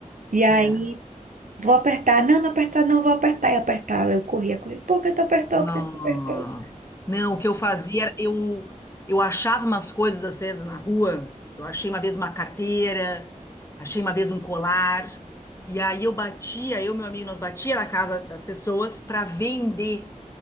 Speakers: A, on the right; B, on the left.
A: E aí,
B: é.
A: vou apertar. Não, não apertar, não, vou apertar. E apertar. Eu corria, corria. Por que tu apertou?
B: Nossa.
A: Por que tu apertou?
B: Não, o que eu fazia era eu eu achava umas coisas às vezes na rua. Eu achei uma vez uma carteira, achei uma vez um colar. E aí eu batia, eu e meu amigo, nós batia na casa das pessoas para vender.